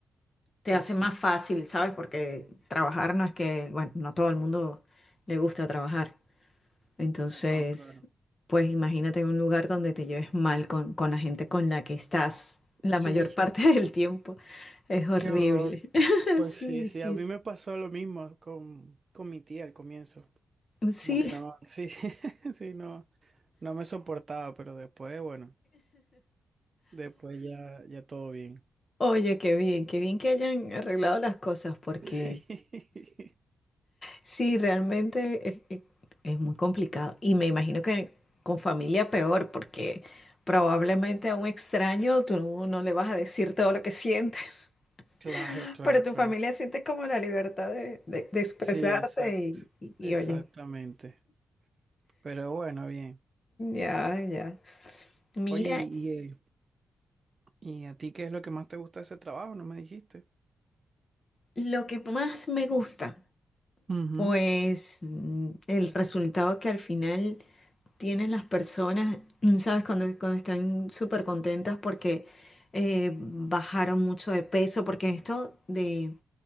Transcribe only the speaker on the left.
Te
hace
más fácil, ¿sabes? Porque trabajar no es que, bueno, no a todo el mundo le gusta trabajar. Entonces,
pues imagínate un lugar donde te lleves mal con, con la gente con la que estás la
mayor parte <laughs> del tiempo. Es horrible.
<laughs>
Sí,
sí,
sí.
Oye, qué bien, qué bien que hayan arreglado las cosas porque...
Sí, realmente es, es- es muy complicado. Y me imagino que con familia peor, porque probablemente a un extraño tú no le vas a decir todo lo que sientes,
<laughs>
pero tu
familia siente como la libertad de, de- de expresarte
y, y- y
oye,
ya, ya. Mira,
lo que más me gusta,
pues mm, el resultado que al final... tienen las personas, <clears throat> ¿sabes? Cuando, cuando están súper contentas porque eh, bajaron mucho de peso, porque esto de,